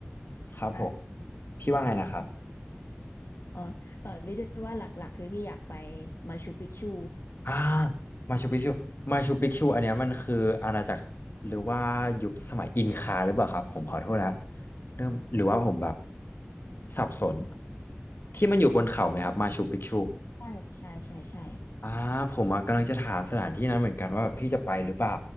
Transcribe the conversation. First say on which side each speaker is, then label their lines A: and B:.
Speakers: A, on the left; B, on the left.
A: ครับผม
B: ค่ะ
A: พี่ว่าไงนะครับ
B: เออเออพี่ด้วยว่าหลักๆคือพี่อยากไปมาชูปิกชู
A: อ่ามาชูปิกชูมาชูปิกชูอันเนี้ยมันคืออาณาจักรหรือว่ายุคสมัยอินคาหรือเปล่าครับผมขอโทษนะครับเริ่มหรือว่าผมแบบสับสนที่มันอยู่บนเขาไหมครับมาชูปิกชู
B: ใช่ใช่ใช่ใช่
A: อ่าผมอะกำลังจะถามสถานที่นั้นเหมือนกันว่าแบบพี่จะไปหรือเปล่า